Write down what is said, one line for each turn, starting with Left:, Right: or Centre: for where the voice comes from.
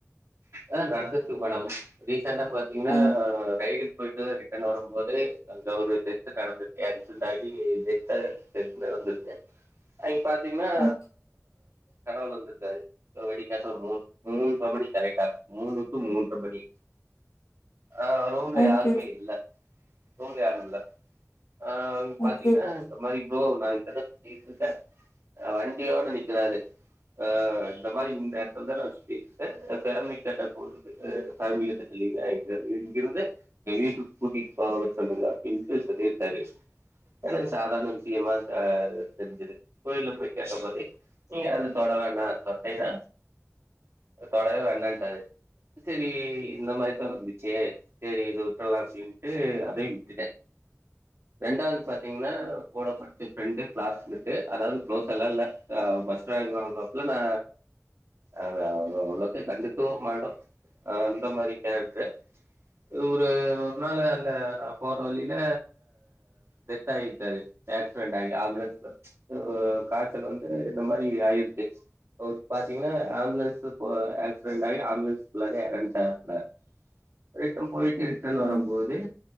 Right: ஆ நடந்தக்கு மேடம் ரீசெண்டா பாத்தீங்கன்னா
Left: ம்,
Right: ரைடுக்கு போயிட்டு ரீ ட்டன் வரும்போது அங்க ஒரு டெத்து நடந்திருக்கு <unintelligible> டாகி டெத டெத் நடந்திருக்கு அங்க பாத்தீங்கன்னா
Left: ஓ-
Right: கடவுள் வந்திருக்காரு வெடிய காத்தால மூண் மூன்ற மணி கரெக்டா மூணு டு மூன்ற மணி ஆ ரூம்ல
Left: ஓகே
Right: யாருமே இல்ல ரூம்ல யாரும் இல்ல ஆ பாத்தீங்கன்னா
Left: ஓகே
Right: இந்த மாரி ப்ரோ நா <unintelligible> வண்டியோட நிகிறாரு ஆ இந்த மாரி இந்த எடத்தல தா நா சுத்திட்டுருக்க என் ஃபேமிலி கட்ட கொண்டு போய் ஆ சாமி கிட்ட சொல்லியிருந்த இங்கிருந்து வீட்டுக்கு கூடிட் போக சொல்லுங்க அப்டியின்டு சொல்லியிருக்காரு எனக்கு சாதாரண விஷயமா தா தெரிஞ்சுது கோயிலல போய் கேட்ட போது நீ அத தொட வேணா தொட்டைன்னா தொடவே வேண்டான்டாறு செரி இந்த மாரி தா வந்துச்சு செரி இது விட்றலாண்டு அப்டின்ட்டு அதையு விட்டுட்டே ரெண்டாவது பாத்தீங்கன்னா கூட படிச்ச ஃப்ரெண்டு கிளாஸ் மெட்டு அதாவது க்ளோஸ் எல்லா இல்ல ஆ பஸ்ட் ரேங்க் வாங்குவாப்புல நா அத அவ்ளோக்க கண்டுக்கவும் மாட் ஆ அந்த மாரி கேரக்ட்ரு இவரு ஒரு நாள் அந்த நா போற வழியில டெத் ஆயிட்டாரு ஆக்சிடென்ட் ஆகி ஆம்புலன்ஸ்ல உ காய்சல் வந்து இந்த மாரி ஆயிருக்கு ஒரு பாத்தீங்கன்னா ஆம்புலன்ஸ்கு போ ஆக்சிடென்ட் ஆகி ஆம்புலன்ஸ் உள்ளக்கயே எறந்ட்டாப்பிள ரிட்டன் போயிட்டு ரிட்டர்ன் வர
Left: ம்
Right: போது